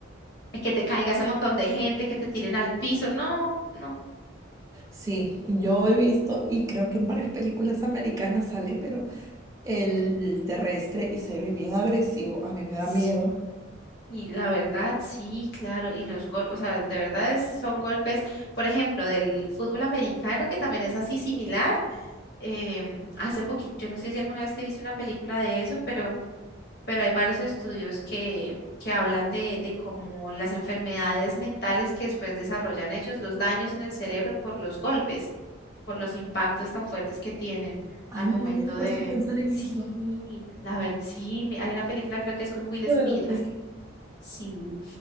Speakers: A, on the left; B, on the right.
A: que te caiga ese montón de gente, que te tiren al piso. No, no.
B: Sí, yo he visto y creo que en varias películas americanas sale, pero el terrestre y se ve bien agresivo. A mí me da
A: Sí,
B: miedo.
A: y la verdad, sí, claro. Y los golpes, o sea, de verdad es- son golpes, por ejemplo, del fútbol americano, que también es así similar. em, hace poquito, yo no sé si alguna vez te viste una película de eso, pero pero hay varios estudios que, que hablan de, de cómo las enfermedades mentales que después desarrollan ellos, los daños en el cerebro por los golpes, por los impactos tan fuertes que tienen
B: Ay,
A: al
B: no
A: momento
B: me había puesto
A: de,
B: a pensar en
A: sí,
B: eso.
A: la verdad, sí, mi- hay una película creo que es con Will
B: Fuerte.
A: Smith, ah, es que- sí.